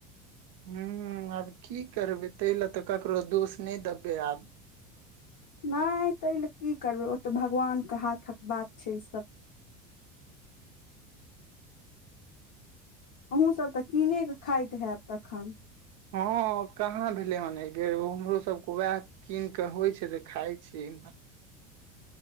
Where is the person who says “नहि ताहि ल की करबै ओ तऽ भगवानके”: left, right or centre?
Left